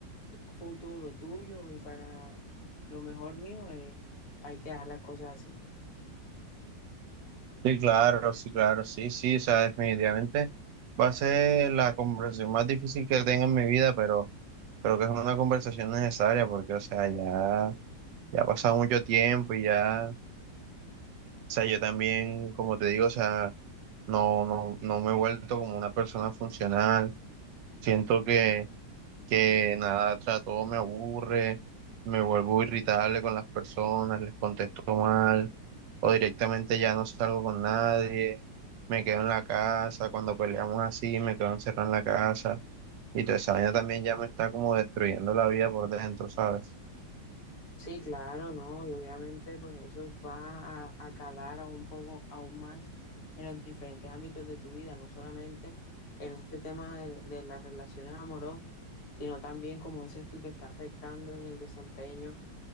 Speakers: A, on the left; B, on the right.
A: futuro tuyo y para lo mejor mío eh, hay que dar las cosas así.
B: Sí, claro, sí, claro, sí, sí, o sea, definitivamente va a ser la conversación más difícil que tenga en mi vida, pero creo que es una conversación necesaria porque, o sea, ya, ya ha pasado mucho tiempo y ya, o sea, yo también, como te digo, o sea, no, no, no me he vuelto como una persona funcional. Siento que que nada, tras todo me aburre, me vuelvo irritable con las personas, les contesto mal, o directamente ya no salgo con nadie, me quedo en la casa, cuando peleamos así, me quedo encerrado en la casa, y toda esa vaina también ya me está como destruyendo la vida por dentro, ¿sabes?
A: Sí, claro, ¿no? Y obviamente pues eso va a, a calar aún un poco, aún más en los diferentes ámbitos de tu vida, no solamente en este tema de, de las relaciones amorosas, sino también, como dices tú, te está afectando en el desempeño,